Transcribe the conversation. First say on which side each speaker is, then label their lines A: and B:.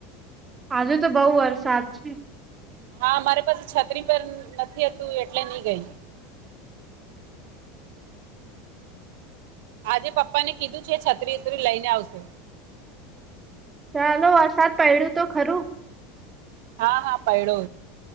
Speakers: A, on the right; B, on the right.
A: હજુ તો બઉુ વરસાદ છે
B: હા મારી પાસે છત્રી પર નથીતું એટલે નહી ગય
A: <inaudible>
B: આજે પપ્પા ને કીધું છે છત્રી ઉત્રી લઈને આવશે
A: ચાલો વરસાદ પડડ્યું તો ખરું
B: હા હા પૈડો